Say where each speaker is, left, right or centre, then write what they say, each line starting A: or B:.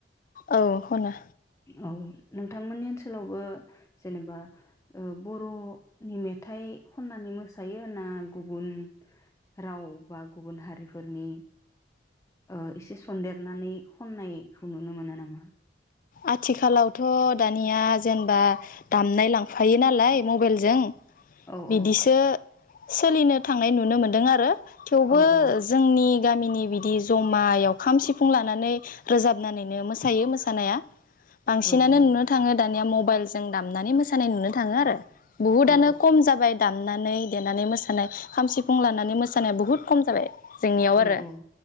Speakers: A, on the left; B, on the left.
A: औ खनो
B: औ नोंथांमोननि ओनसोलावबो जेनेबा ओ बर'नि मेथाइ खननानै मोसायो ना गुबुन राव बा गुबुन हारिफोरनि ओ एसे सनन्देरनानै खननायखौ नुनो मोनो नामा।
A: आथिखालावथ' दानिया जेनेबा दामनाय लांफायो नालाय मबाइलजों
B: औ
A: बिदिसो
B: औ
A: सोलिनो थांनाय नुनो मोन्दों आरो थेवबो
B: औ औ
A: जोंनि गामिनि बिदि जमायाव खाम सिफुं लानानै रोजाबनानैनो मोसायो मोसानाया बांसिनानो
B: औ औ
A: नुनो थाङो दानिया म बाइलजों दामनानै मोसानाय नुनो थाङो आरो बुहुदानो
B: औ
A: खम जाबाय दाम नानै देनानै मोसानाय खाम सिफुं लानानै मोसानाया बुहुत खम जाबाय। जोंनियाव
B: औ
A: आरो
B: औ